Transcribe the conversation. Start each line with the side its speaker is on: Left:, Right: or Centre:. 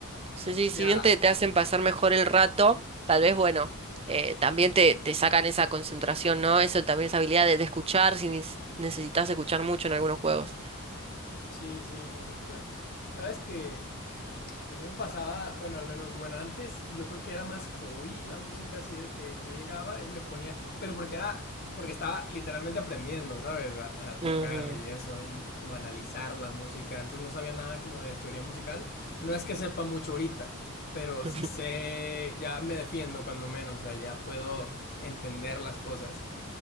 Right: Sí, sí,
Left: Ya.
Right: si bien te, te hacen pasar mejor el rato, tal vez, bueno, eh, también te, te sacan esa concentración, ¿no? Eso también, esa habilidad de, de escuchar, si neces- necesitas escuchar mucho en algunos juegos.
Left: Sí, sí, por supuesto. Sabes que a mí me pasaba, bueno, al menos, bueno, antes yo creo que era más hobby la música, así de que yo llegaba y me ponía, pero porque era, porque estaba literalmente aprendiendo, ¿sabes? A, a
Right: Ujú.
Left: tocar y eso, y, y como analizar la música. Antes no sabía nada como de teoría musical. No es que sepa mucho ahorita, pero
Right: <laughs>
Left: sí sé, ya me defiendo cuando menos, o sea, ya puedo entender las cosas.